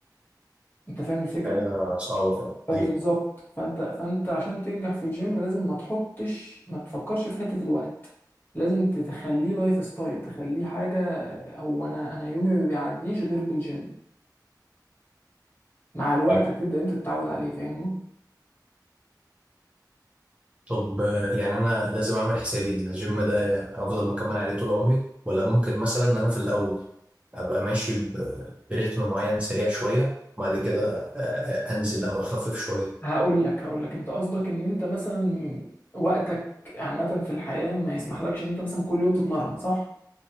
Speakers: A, on the left; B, on the right.
A: انت فاهم الفكره
B: حاجة صعبة فعلا
A: فبالظبط
B: أيوة
A: فانت فانت عشان تنجح في الجيم لازم ما تحطش ما تفكرش في حته الوقت لازم تخليه لايف ستايل تخليه حاجه او انا انا يومي ما بيعديش غير بالجيم مع الوقت
B: أيوة
A: هتبدا انت تتعود عليه فاهمني
B: طب آه، يعني أنا لازم أعمل حسابي إن الجيم ده أفضل مكمل عليه طول عمري ولا ممكن مثلا إن أنا في الأول أبقى ماشي ب- برتم معين سريع شوية وبعد كده آه، آه، أنزل أو أخفف شوية
A: هقول لك هقول لك انت قصدك ان انت مثلا وقتك عامه في الحياه ما يسمحلكش ان انت مثلا كل يوم تتمرن صح